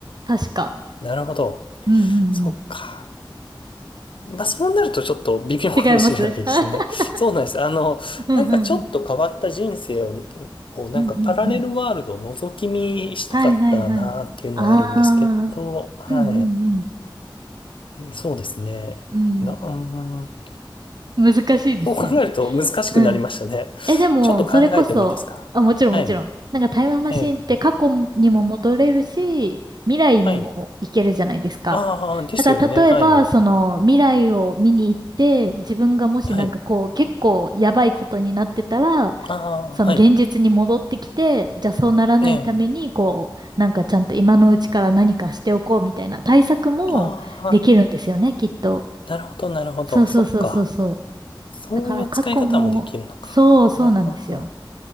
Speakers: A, on the right; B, on the left.
A: 確か。
B: なるほど。
A: うんうんうん。
B: そっか。まあそうなるとちょっと微妙かもしれないですね。
A: 違いますね。<laughs>
B: そうなんです。あの、
A: うんうんうん。
B: なんかちょっと変わった人生を、をなんかパラレルワールドを覗き見したかったなっていうのはあるんですけど、
A: うんうんうん。はいはいはい。ああ、
B: は
A: うんうん
B: い。そうですね。
A: うん。
B: な、うーん。
A: うん。難しいですよね。
B: そう考えると難しくなりましたね。
A: うんえ、でも、
B: ちょっと考えてもいいですかはい。
A: それこそ、あ、もちろんもちろん。なんかタイムマシンって過去にも戻れるし、
B: ええ。
A: 未来にも行けるじゃないですか。
B: はい。ああ、ですよね。
A: だから例えば、
B: はい。
A: その未来を見に行って、自分がもしなんかこう結構やばいことになってたら、
B: はい。ああ、
A: その現実に戻ってきて、
B: はい。
A: じゃあそうならないために、
B: ね
A: こう、なんかちゃんと今のうちから何かしておこうみたいな対策もできるんですよね、
B: え。あ
A: きっと。
B: あ、なるほど、なるほど。
A: そうそうそうそうそう。
B: そっか。そういう使い方もできるのか。
A: だから過去も、そうそうなんですよ。
B: うんうんうん